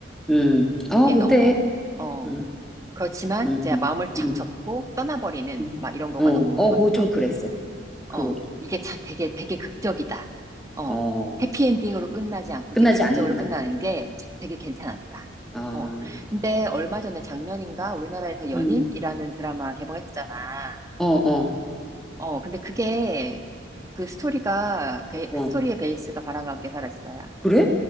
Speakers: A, in the centre; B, on the right.
A: 응. 아,
B: 이게
A: 근데,
B: 너무, 어,
A: 응,
B: 그렇지만
A: 응,
B: 이제
A: 응,
B: 마음을 착
A: 응.
B: 접고 떠나버리는
A: 응.
B: 막 이런 거가
A: 어,
B: 너무
A: 어,
B: 좋았어.
A: 그거 좀 그랬어. 그거,
B: 어, 이게 참 되게, 되게 극적이다. 어,
A: 어,
B: 해피엔딩으로 끝나지 않고
A: 끝나지
B: 이게 비극적으로
A: 않는다.
B: 끝나는 게 되게 괜찮았다.
A: 어, 어,
B: 어, 근데 얼마 전에 작년인가 우리나라에서 연인이라는
A: 음,
B: 드라마 개봉했었잖아.
A: 어, 어,
B: 어, 근데 그게 그 스토리가, 베,
A: 어.
B: 스토리의 베이스가 바람과 함께 사라지다야.
A: 그래?